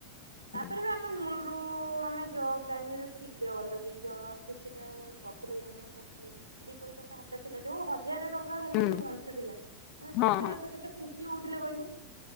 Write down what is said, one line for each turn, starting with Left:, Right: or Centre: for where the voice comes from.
Right: ତାପରେ
Left: ହୁଁ
Right: ବି ଆମ୍ ମେ ମୁଳୂରୁ ଆମେ ଜବ୍ ଲାଇନରେ ଥିଲେ ଅଲରେଡି ଜ କିଛିଟା ଗୋଟେ କରୁଥିଲେ ଇନକମ୍ କରୁଥିଲେ ଦି ପଇସାଟା ହାତରେ ଥିଲା ଯୋଉ ହଜାର ଟଙ୍କା ହେଲେ
Left: ହୁଁ
Right: ବି ବଞ୍ଚୁଥିଲା। ଆମେ ସେଇଥେରେ
Left: ହଁ ହଁ
Right: ତ କେତେ ଖୁସି ହଉଥିଲେ କଇଲୁ